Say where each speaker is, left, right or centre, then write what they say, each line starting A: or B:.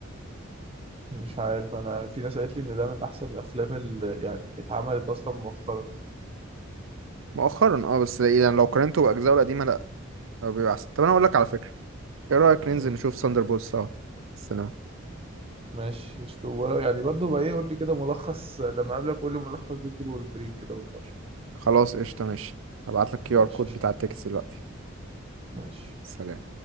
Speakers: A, on the right; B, on the right.
A: مش عارف انا في ناس قالت لي ان ده من احسن الافلام اللي يعني اتعملت اصلا مؤخرا
B: مؤخرا اه بس يعني لو قارنته باجزائه القديمه لا هو بيبقى احسن طب انا اقول لك على فكره ايه رايك ننزل
A: امم
B: نشوف ساندر بولز سوا السينما
A: ماشي اسطوره يعني برضو بقى ايه قول لي كده ملخص لما اقابلك قول لي ملخص ديدبول وولفرين كده بالمره
B: خلاص قشطه ماشي هبعت لك كيو
A: ماشي
B: ار كود بتاع التيكت دلوقتي
A: ماشي
B: سلام